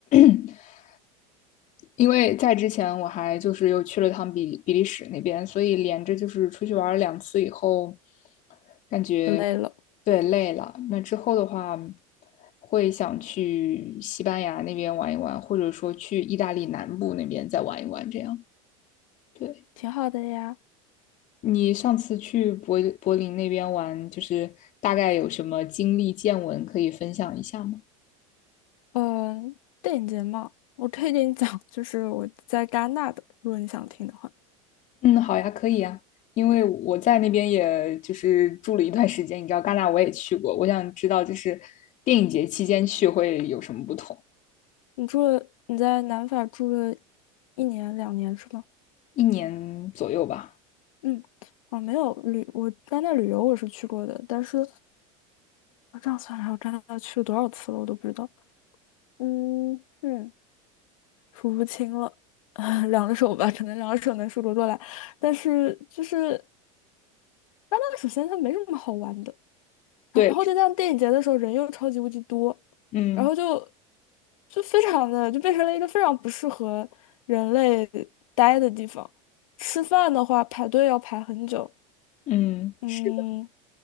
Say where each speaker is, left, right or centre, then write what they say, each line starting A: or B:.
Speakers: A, on the left; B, on the left.
A: <clears throat> 因为在之前我还就是又去了趟比比利时那边，所以连着就是出去玩儿两次以后，感觉
B: 就累了，
A: 对累了。那之后的话，会想去西班牙那边玩一玩，或者说去意大利南部那边再玩一玩。这样，对，
B: 挺好的呀。
A: 你上次去柏柏林那边玩，就是大概有什么经历见闻可以分享一下吗？
B: 嗯，电影节嘛，我可以给你讲，就是我在戛纳的，如果你想听的话。
A: 嗯，好呀，可以呀，因为我在那边也就是住了一段时间，你知道戛纳我也去过，我想知道就是电影节期间去会有什么不同，
B: 你住了，你在南法住了一年两年是吗？
A: 一年左右吧。
B: 嗯，哦，没有旅，我戛纳旅游我是去过的，但是我这样算来，我戛纳去了多少次了，我都不知道。嗯嗯，数不清了，<laughs> 两个手吧，可能两个手能数得过来。但是就是戛纳，首先它没什么好玩的，然后再加上电影节的时候人又超级无敌多，
A: 对，嗯
B: 然后就就非常的就变成了一个非常不适合人类待的地方。吃饭的话排队要排很久，
A: 嗯，
B: 嗯，
A: 是的，